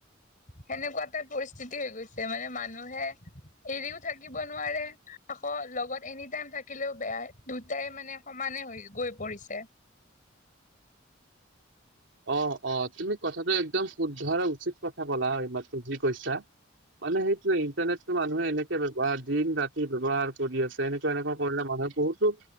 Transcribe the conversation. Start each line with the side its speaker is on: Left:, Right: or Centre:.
Left: সেনেকুৱা এটা পৰিস্থিতি হৈ গৈছে মানে মানুহে এৰিওঁ থাকিব নোৱাৰে আকৌ লগত এনি টাইম থাকিলেও বেয়া, দুটাই মানে সমানে হৈ গৈ পৰিছে।
Right: অ', অ' তুমি কথাটো একদম শুদ্ধ আৰু উচিত কথা ক'লা এইমাত্ৰ যি কৈছা। মানে সেইটোৱে, ইণ্টাৰনেটতো মানুহে এনেকে ব্যৱহাৰ, দিন ৰাতি ব্যৱহাৰ কৰি আছে এনেকুৱা এনেকুৱা কৰিলে মানুহে বহুতো